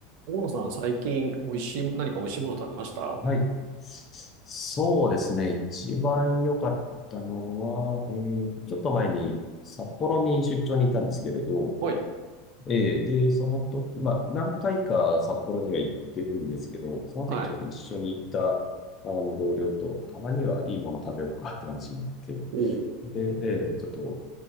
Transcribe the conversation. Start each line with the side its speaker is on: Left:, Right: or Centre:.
Right: 大野さん、最近、美味しい、何か美味しいもの食べました
Left: はい。そうですね。一番良かったのは、えーと、ちょっと前に札幌に出張に行ったんですけれど、
Right: はい。
Left: えーで、その時、まあ、何回か札幌には行ってるんですけど、その時ちょっと一緒に行った、
Right: はい。
Left: あの、同僚と、たまにはいいもの食べようかって話になって、
Right: おう
Left: で、えーちょっと